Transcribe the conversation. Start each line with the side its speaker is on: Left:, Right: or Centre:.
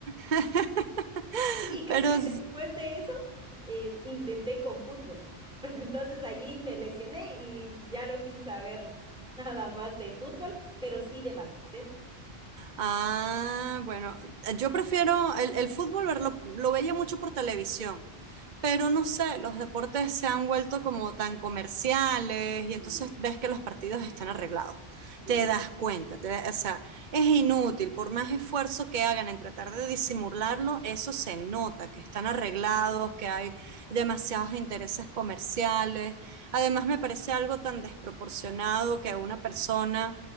Right: <laughs>
Centre: Sí, Y creo
Right: Pero
Centre: que después de eso em, intenté con fútbol, <laughs> pero entonces allí me lesioné y ya no quise saber <laughs> nada más de fútbol, pero sí de baloncesto.
Right: Ah, bueno, eh, yo prefiero el, el fútbol verlo, lo veía mucho por televisión, pero no sé, los deportes se han vuelto como tan comerciales y entonces
Centre: Sí,
Right: ves que los partidos están arreglados.
Centre: sí,
Right: Te das cuenta, te- o sea, es inútil, por más esfuerzo que hagan en tratar de disimularlo, eso se nota, que están arreglados, que hay demasiados intereses comerciales. Además, me parece algo tan desproporcionado que una persona